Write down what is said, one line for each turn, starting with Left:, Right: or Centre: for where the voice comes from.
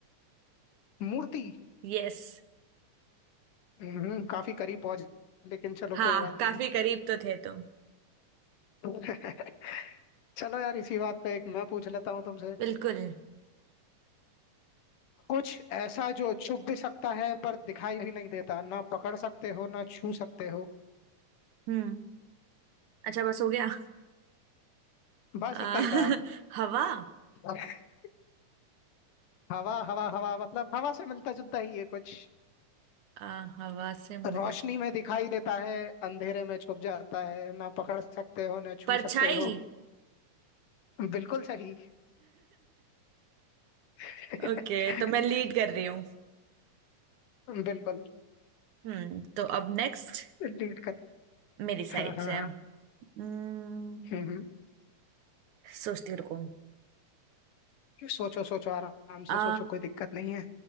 Left: मूर्ति
Right: यस
Left: हम्म, काफी करीब पहुंच लेकिन चलो
Right: हाँ
Left: कोई बात
Right: काफी
Left: नहीं
Right: करीब तो थे तुम
Left: <laughs> चलो यार इसी बात पे एक मैं पूछ लेता हूँ तुमसे
Right: बिल्कुल
Left: कुछ ऐसा जो छुप भी सकता है पर दिखाई भी नहीं देता ना पकड़ सकते हो ना छू सकते हो
Right: हम्म अच्छा बस हो गया
Left: बस
Right: आ, <laughs>
Left: इतना ही था
Right: हवा
Left: <laughs> हवा हवा हवा मतलब हवा से मिलता जुलता ही है कुछ
Right: आ, हवा से मिल
Left: रोशनी में दिखाई देता है अंधेरे में छुप जाता है ना पकड़ सकते हो ना छू
Right: परछाई
Left: सकते हो
Right: <laughs>
Left: बिल्कुल सही <laughs>
Right: ओके तो मैं लीड कर रही हूँ
Left: बिल्कुल
Right: हम्म तो अब नेक्स्ट
Left: लीड कर
Right: मेरी साइड
Left: हाँ हाँ
Right: से
Left: हाँ
Right: हम्म
Left: हम्म हम्म।
Right: सोचती रुको
Left: सोचो सोचो आराम
Right: आ,
Left: से सोचो कोई दिक्कत नहीं है